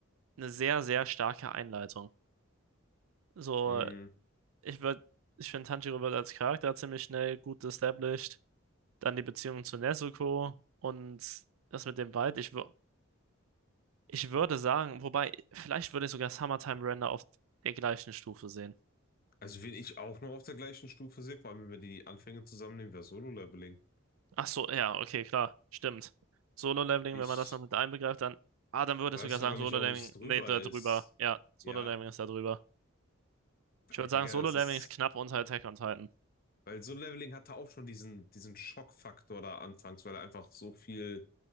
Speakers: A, on the right; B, on the left.
A: eine sehr, sehr starke Einleitung. So,
B: Mm.
A: ich würde, ich finde, Tanjiro wird als Charakter ziemlich schnell gut established. Dann die Beziehung zu Nezuko und das mit dem Wald. Ich, wür- ich würde sagen, wobei, vielleicht würde ich sogar Summertime Render auf der gleichen Stufe sehen.
B: Also, wen ich auch noch auf der gleichen Stufe sehe, vor allem wenn wir die Anfänge zusammennehmen, wäre Solo-Leveling.
A: Ach so, ja, okay, klar, stimmt. Solo-Leveling,
B: Ich
A: wenn man das noch mit einbegreift, dann, ah, dann würde
B: weiß
A: ich sogar
B: sogar
A: sagen, Solo-Leveling,
B: nicht, ob es drüber
A: nee, da
B: ist.
A: drüber. Ja, Solo-Leveling
B: Ja,
A: ist da drüber. Ich
B: weil,
A: würde
B: Digga,
A: sagen, Solo-Leveling
B: das ist.
A: ist knapp unter Attack on Titan.
B: Weil Solo-Leveling hatte auch schon diesen, diesen Schockfaktor da anfangs, weil einfach so viel,